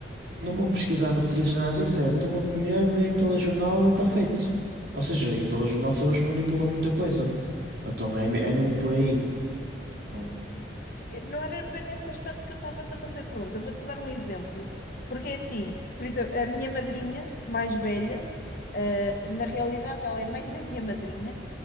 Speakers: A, on the right; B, on the left.
A: Não vão pesquisar notícias, nada disso. É, estão a comer, bem o telejornal e está feito. Ou seja, e o telejornal sabemos que manipula muita coisa. Então é, me- é mesmo por aí. Não
B: Eh, Não era bem nesse aspecto que eu estava-te a fazer a pergunta. Eu vou-te dar um exemplo, porque é assim, por exemplo, a minha madrinha mais velha, eh, na realidade ela é mãe da minha madrinha,